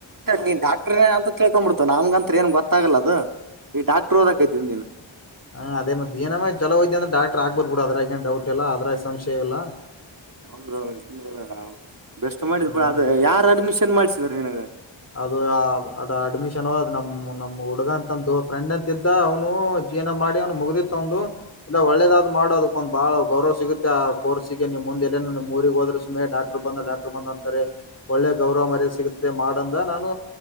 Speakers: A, on the right (about 45°); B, on the left (about 30°).
A: ನೀನ್ ಡಾಕ್ಟ್ರ ಅಂತ ತಿೇಳ್ಕೊಂಡ್ಬ ಬಿಡ್ತಿ. ನಮ್ಗಂತತ್ರ ಏನ್ ಗೊತ್ತಾಗಲ್ಲ ಅದು ಈಗ ಡಾಕ್ಟರ್ ಓದಕೈತಿ ನಿ ದನ್.
B: ಹಾ ಅೇ ಮ್ ಜಏನ ಮ ಚಲೋಯದ್ಯ ಅಂದ್ರ ಡಾಕ್ಟರ್ ಆಗ್ಬೋದ್ ಬಿುಡು ಅದಾಗ ಏ ಡೌಟ್ ಇಲ್ಲ ಅದ್ರಾಗ ಸಂಶಯ ಇಲ್ಲ.
A: ಹೌದೌದು ಇಲ್ಲ ಬೆಸ್ಟ್ ಮಾಡಿದ್
B: ಹ್ಮ್
A: ಬಡ ಅದ ಯಾರ್ ಅಡ್ಮಿಷನ್ ಮಾಡ್ಿಸಿದ್ರ ನಿಿನಗೆ.
B: ಅದು ಅ ಅಡ್ಮಿಷನ್ ಅದು ನಮ ನಮ್ಮ್ ಹುಡುಗಂತ. ಂದು ಫ್ರೆಂಡ್ ಅಂತಿದ್ದ ಅವ್ನು ಜೀವನ ಮಾಡಿ ಅವ್ನು ಮುಗ್ದಿತ್ತ ಒಂದು ಇಲ್ಲ ಒಳ್ಳೇದಾದ್ ಮಾಡ ಅದಕ್ಕ ಒಂದ್ ಬಾಳ. ಗೌರವ ಸಿಗುತ್ತೆ ಆ ಕೋರ್ಸಿಗೆ ನಿಮ್ ಮುಂದೆಲ್ಲನುಮ್ ಊರಿಗೆ ಹೋದ್ರೆ ಸುಮ್ಮನೆ ಡಾಕ್ಟರ್ ಬಂದ ಡಾಕ್ಟರ್ ಬಂದ ಅಂತಾರೆ. ಒಳ್ಳೆ ಗೌರವ ಮರ್ಯ ಸಿಗುತ್ತೆ ಮಾಡ. ನಡ ನಾನು